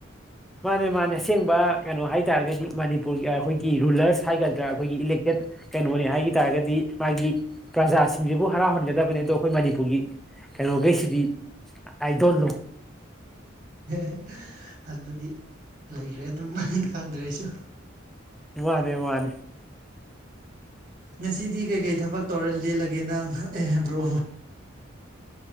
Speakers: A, in the centre; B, on the right (about 40°).
A: ꯃꯥꯅꯦ ꯃꯥꯅꯦ ꯑꯁꯦꯡꯕ ꯀꯩꯅꯣ ꯍꯥꯏꯇꯔꯥꯒꯗꯤ ꯃꯅꯤꯄꯨꯔꯒꯤ ꯑꯩꯈꯣꯏꯒꯤ ꯔꯨꯂꯔꯁ ꯍꯥꯏꯒꯗ꯭ꯔꯥ ꯑꯩꯈꯣꯏꯒꯤ ꯏꯂꯦꯛꯇꯦꯠ ꯀꯩꯅꯣꯅꯦ ꯍꯥꯏ- ꯇꯥꯔꯒꯗꯤ ꯃꯥꯒꯤ ꯄ꯭ꯔꯖꯥꯁꯤꯡꯁꯤꯕꯨ ꯍꯔꯥꯎꯍꯟꯒꯗꯕꯅꯤ ꯑꯗꯣ ꯑꯩꯈꯣꯏ ꯃꯅꯤꯄꯨꯔꯒꯤ ꯀꯩꯅꯣꯒꯩꯁꯤꯗꯤ ꯑꯥꯏꯗꯣꯟꯅꯣ
B: <unintelligible> ꯑꯗꯨꯗꯤ ꯂꯩꯈ꯭ꯔꯦ ꯑꯗꯨꯝ ꯈꯪꯗ꯭ꯔꯦ ꯑꯩꯁꯨ
A: ꯋꯔꯦ ꯋꯅꯦ
B: ꯉꯁꯤꯗꯤ ꯀꯩꯀꯩ ꯊꯕꯛ ꯇꯧꯔ ꯂꯤꯜꯂꯒꯦ ꯅꯪ ꯑꯦ ꯕ꯭ꯔꯣ